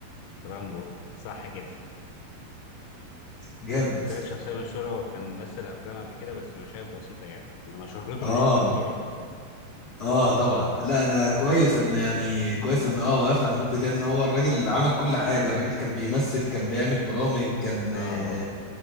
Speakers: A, on the left; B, on the left.
A: ترامبو صح كده
B: جامد
A: قلت لك شخصية مشهورة وكان مثل أفلام قبل كده بس مشاهد بسيطة يعني إنما شهرته
B: اه
A: مش في التمثيل أكيد طبعا
B: اه طبعا لا انا كويس ان يعني كويس ان اه وقفنا عند النقطه دي لان هو الراجل عمل كل حاجه الراجل كان بيمثل كان بيعمل برامج كان
A: آه
B: آه،
A: آه